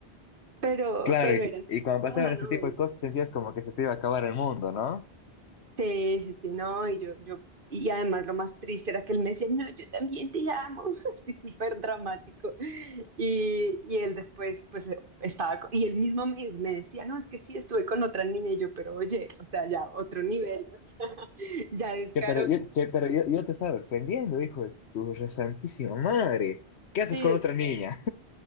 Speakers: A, on the right; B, on the left.
A: pero,
B: Claro,
A: pero
B: y,
A: era así,
B: y cuando
A: como
B: pasaban
A: una novela.
B: este tipo de cosas sentías como que se te iba a acabar el mundo, ¿no?
A: Sí, sí, sí, no, y yo, yo, y además lo más triste era que él me decía, no, yo también te amo, <laughs> así súper dramático. Y, y él después, pues, estaba, co- y él mismo me, me decía, no, es que sí, estuve con otra niña, y yo, pero oye, o sea, ya otro nivel, o sea, <laughs> ya descaro,
B: Che, pero yo, che, pero yo, yo te estaba defendiendo, hijo de tu resantísima madre. ¿Qué haces
A: sí,
B: con
A: exacto.
B: otra niña?